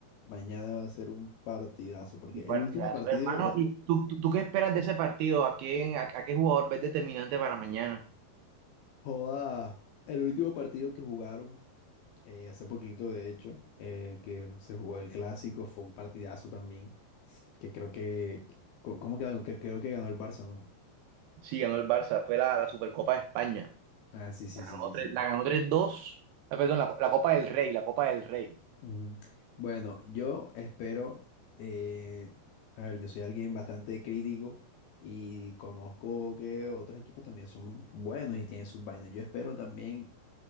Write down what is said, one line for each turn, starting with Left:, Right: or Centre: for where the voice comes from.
Left: mañana va a ser un partidazo, porque
Right: Un
Left: el
Right: partidazo,
Left: último partido,
Right: hermano.
Left: eh,
Right: ¿Y tú, tú, tú qué esperas de ese partido? ¿A quién, a, a qué jugador ves determinante para mañana?
Left: joda, el último partido que jugaron. eh, hace poquito, de hecho, eh, que se jugó el clásico, fue un partidazo también, que creo que, co- ¿cómo quedó? Que creo que ganó el Barça, ¿no?
Right: Sí, ganó el Barça, fue la, la Supercopa de España.
Left: Ah, sí, sí,
Right: La
Left: sí,
Right: ganó
Left: sí,
Right: tres-
Left: sí.
Right: la ganó tres dos Ah, Perdón, la, la Copa del Rey, la Copa del Rey.
Left: Ujú. Bueno, yo espero, eh, a ver, yo soy alguien bastante crítico y conozco que otros equipos también son buenos y tienen sus vainas. Yo espero también